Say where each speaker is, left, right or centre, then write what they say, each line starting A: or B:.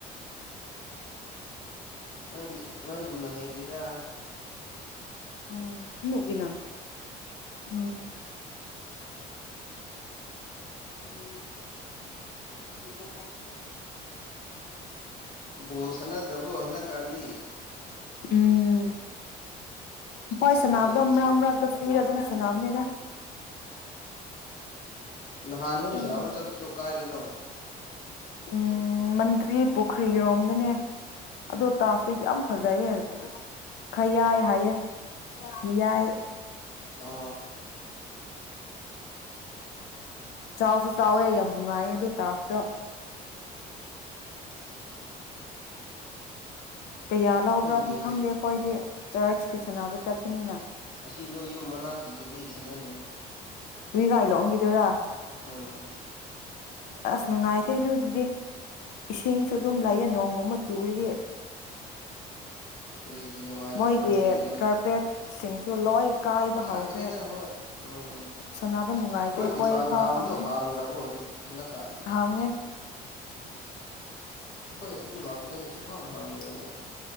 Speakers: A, on the left (about 80°); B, on the left (about 55°).
A: ꯎꯝ
B: ꯅꯣꯏꯗꯤ ꯅꯣꯏꯒꯨꯝꯅ ꯍꯩꯇꯦꯗ
A: ꯑꯣ ꯎ ꯅ ꯎꯝ ꯎꯝ ꯄꯨ ꯀꯝ ꯇꯔ
B: ꯣꯜꯁꯅ ꯗ꯭ꯔꯕꯣ ꯍꯅ ꯀꯥꯟꯖꯤ
A: ꯎꯝ ꯍꯣꯏ ꯁꯥꯟꯅꯕꯗꯣ
B: ꯀꯔꯤ
A: ꯃꯔꯥꯡ ꯃꯔꯥꯡꯛꯇ ꯐ꯭ꯔꯤꯔ ꯑꯗꯨꯝ ꯁꯥꯟꯅꯕꯅꯤꯗ
B: ꯎ ꯅꯍꯥꯟ ꯅꯣꯏ
A: ꯎꯝ
B: ꯁꯅꯥꯎꯕ ꯆꯠꯄꯗꯣ ꯀꯥꯏꯗꯅꯣ
A: ꯎꯝ ꯃꯟꯇ꯭ꯔꯤ ꯄꯨꯈ꯭ꯔꯤꯔꯣꯝꯅꯅꯦ ꯑꯗꯣ ꯇꯥꯐꯇꯣ ꯌꯥꯝ ꯐꯖꯩꯌꯦ ꯍꯥꯏ ꯈ ꯌꯥꯏ ꯍꯥꯏꯌꯦ ꯌꯥꯏ
B: ꯑ
A: ꯆꯥꯎꯁꯨ ꯆꯥꯎꯋꯦ ꯌꯥꯝ ꯅꯨꯡꯉꯥꯏꯌꯦ ꯑꯗꯨ ꯇꯥꯐꯇ
B: ꯑꯆꯥ ꯑꯆꯥ
A: ꯀꯌꯥ ꯂꯕ꯭ꯔꯥꯗꯤ
B: ꯅꯣꯏ ꯒꯦꯡꯁꯨ
A: ꯈꯪꯗꯦ ꯑꯩꯈꯣꯏꯗꯤ ꯆꯔꯆꯀꯤꯁꯨꯅꯥꯕꯨ ꯆꯄꯅꯤꯅ
B: ꯑꯁꯤ ꯅꯣꯏ ꯌꯨꯝ ꯃꯅꯥꯛꯀꯤꯗꯨꯗꯤ ꯁꯥꯟꯅꯟꯗꯦ
A: ꯏꯒꯥꯏ ꯂꯛꯑꯒꯤꯗꯣꯏꯔꯥ
B: ꯎꯝ
A: ꯑꯁ ꯅꯨꯡꯉꯥꯏꯇꯦ ꯑꯗꯨꯗꯤ ꯏꯁꯤꯡꯁꯨ ꯑꯗꯨꯝ ꯂꯩꯌꯦ ꯅꯣꯡꯒꯨꯝ ꯃ ꯆꯨꯔꯗꯤ
B: ꯀꯔꯤꯒꯤ ꯅꯨꯡꯉꯥꯏꯇꯕ꯭ꯔꯅꯦ
A: ꯃꯣꯏꯒꯤ ꯀꯔꯄꯦꯠꯁꯤꯡ ꯀ ꯂꯣꯏ ꯀꯥꯏꯕ
B: ꯌꯥꯗ꯭ꯔꯦꯗ
A: ꯍꯧꯈ꯭ꯔꯦ
B: ꯍꯣꯏ ꯎꯝ
A: ꯁꯥꯟꯅꯕ ꯅꯨꯡꯉꯥꯏꯇꯦ
B: ꯃꯣꯏ
A: ꯑꯩꯈꯣꯏ
B: ꯗꯨꯀꯥꯟ
A: ꯐꯥꯎ
B: ꯍꯥꯡꯕꯗꯣ
A: ꯈꯪꯉꯦ
B: ꯍꯥꯡꯗ꯭ꯔꯕꯣ ꯍꯟꯗꯛꯀꯥ
A: ꯍꯥꯡꯉꯦ
B: ꯑꯩꯈꯣꯏ ꯑꯗꯨꯝ ꯂꯥꯛꯄꯗ ꯁꯨꯍꯥꯡ ꯍꯥꯡꯕꯗꯩꯅꯦ